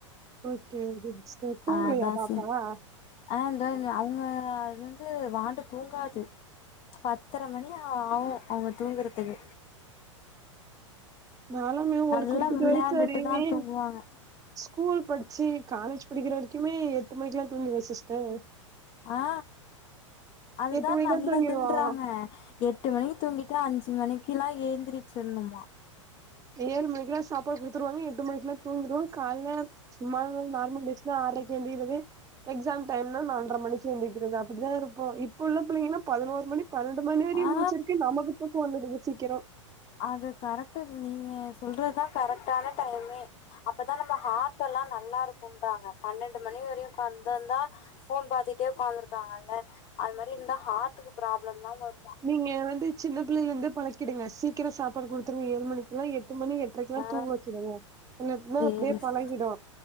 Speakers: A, on the right; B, on the left.
A: ஓகேங்க சிஸ்டர் தூங்கலையா
B: அதா
A: பாப்பா
B: சேரி ஆ இந்தோ அது அவுங்க அது வந்து வாண்டு தூங்காது பத்தர மணிஆவு அவுங்க தூங்குறதுக்கு
A: நாலாமே ஒரு
B: நல்லா
A: குறிப்பிட்ட
B: விளையாண்டுட்டு
A: ஏஜ் வரையுமே
B: தா தூங்குவாங்க
A: ஸ்கூல் படிச்சு காலேஜ் படிக்கிற வரைக்குமே எட்டு மணிக்குல்லா தூங்கிருவே சிஸ்டர்
B: ஆ அதுதா
A: எட்டு மணிக்குலா
B: நல்லதுன்றாங்க
A: தூங்கிருவா
B: எட்டு மணிக்கு தூங்கிட்டு அஞ்சு மணிக்கெல்லா ஏந்திரிச்சுட்ணுமா
A: ஏழு மணிக்குலா சாப்பாடு குடுத்துருவாங்க எட்டு மணிக்குலா தூங்கிருவோ காலைல சும்மாலு நார்மல் டேஸ் நா ஆரைக்கு எழுந்திரிக்கிது எக்ஸாம் டைம்னா நால்ர மணிக்கு எந்திரிக்கிறது அப்டிதா இருப்போ இப்போ உள்ள பிள்ளங்கனா பதினொர் மணி பன்னெண்டு மணி வெரையு
B: ஆ
A: முழுச்சுருக்கே நமக்கு தூக்கோ வந்துருது சீக்கிரோ
B: அது கரெக்ட்டு நீங்க சொல்றதுதா கரெக்டான டையமே அப்பதா நம்ம ஹார்ட்டல்லா நல்லா இருக்குன்றாங்க பன்னெண்டு மணி வரையு உக்காந் தா இருந்தா போன் பாத்துகிட்டே உக்காந்துருக்காங்கல்ல அது மாரி இருந்தா ஹார்டுக்கு ப்ராப்ளம்லா வருமா
A: நீங்க வந்து சின்ன புள்ளையில இருந்து பழக்கிடுங்க சீக்கிரோ சாப்பாடு குடுத்துருங்க ஏழு மணிக்குல்லா எட்டு மணி எட் எட்ரைகெல்லா
B: ஆ
A: தூங்க வச்சுடுங்க இல்லாட்டினா
B: சேரி
A: அப்டியே பழகிடு